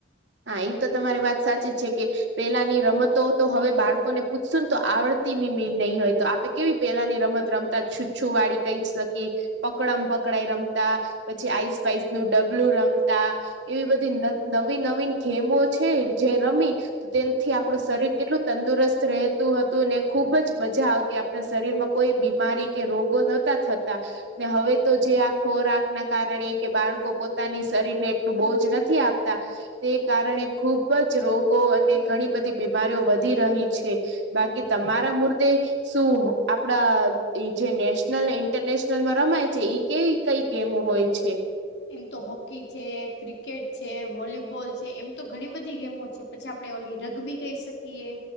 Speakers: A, on the right; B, on the left.
A: હા એ તો તમારી વાત સાચી જ છે કે પેલા ની રમતો તો હવે બાળકો લોકોને પૂછશ તો આવડતી મી નહી હોય તો આપે કેવી પેલાની રમત રમતા છૂછુ વાળી કહી શકી. પકડમ પકડાય રમતા પછી આઈસ પાઈસ નું ડબલું રમતા એવી બધી ત નવી નવીન ગેમો છે જે રમી તેનથી આપડું શરીર કેટલું તંદુરસ્ત રહેતુ તો ને ખુબ જ મજા આવતી આપણા શરીર માં કોઈ બીમારી કે રોગો નતા થતા ને હવે તો જે આ ખોરાક ના કારણે કે બાળકો પોતાની શરીરને બહુ બોજ નથી આપતા તે કારણે ખુબ જ રોગો અને ઘણી બધી બીમારીઓ વધી રહી છે બાકી તમારા મૂર્તે શું આપડા એ જે નેશનલ ઇન્ટરનેશનલ માં રમાય છે ઈ કેવી કઈ ગેમો હોય છે
B: એમ તો હોકી છે ક્રિકેટ છે વોલીબોલ છે એમ તો ઘણી બધી ગેમો છે પછી આપણે ઓલી રગબી કહી શકીએ